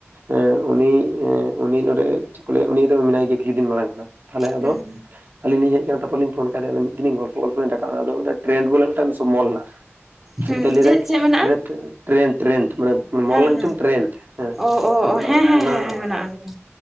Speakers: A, on the right; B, in the centre.
A: ᱮᱸ ᱩᱱᱤ ᱮᱸ ᱩᱱᱤ ᱱᱚᱸᱰᱮ ᱪᱮᱫ ᱠᱚ ᱞᱟᱹᱭᱟ ᱩᱱᱤ ᱫᱚ ᱢᱮᱱᱟᱭ ᱜᱮᱭᱟ ᱠᱤᱪᱷᱩ ᱫᱤᱱ ᱢᱟᱲᱟᱝ ᱠᱷᱚᱱᱟᱜ᱾ ᱛᱟᱦᱚᱞᱮ ᱟᱫᱚ
B: ᱦᱩᱸ
A: ᱟᱹᱞᱤᱧ ᱞᱤᱧ ᱦᱮᱡ ᱠᱟᱱᱟ ᱛᱯᱚᱨ ᱞᱤᱧ ᱯᱷᱳᱱ ᱠᱟᱫᱮᱭᱟ ᱟᱫᱚ ᱢᱤᱫ ᱫᱤᱱ ᱜᱚᱞᱯᱚ ᱜᱚᱞᱯᱚ ᱨᱟᱠᱟᱵ ᱮᱱᱟ ᱟᱫᱚ ᱢᱤᱫ ᱴᱨᱮᱱᱰ ᱵᱚᱞᱮ ᱢᱤᱫᱴᱮᱱ ᱥᱚᱢᱵᱚᱞ ᱦᱮᱱᱟᱜᱼᱟ᱾
B: ᱦᱩᱸ
A: ᱟᱫᱚᱭ ᱞᱟᱹᱭᱫᱟᱭ
B: ᱪᱮᱫ ᱪᱮᱫ ᱢᱮᱱᱟᱜᱼᱟ
A: ᱞᱟᱹᱭᱫᱟᱭ ᱴᱨᱮᱱᱰ ᱴᱨᱮᱱᱰ ᱢᱟᱱᱮ
B: ᱦᱮᱸ
A: ᱢᱳᱞ ᱨᱮᱱᱟᱜ
B: ᱦᱮᱸ
A: ᱧᱩᱛᱩᱢ ᱴᱨᱮᱱᱰ ᱦᱮᱸ,
B: ᱚ ᱚ
A: ᱟᱫᱚ
B: ᱚ
A: ᱞᱟᱹᱭ
B: ᱦᱮᱸ
A: ᱫᱟᱭ
B: ᱦᱮᱸ
A: ᱚᱱᱟ
B: ᱦᱮᱸ ᱦᱮᱸ ᱢᱮᱱᱟᱜ ᱟᱠᱟᱫᱟ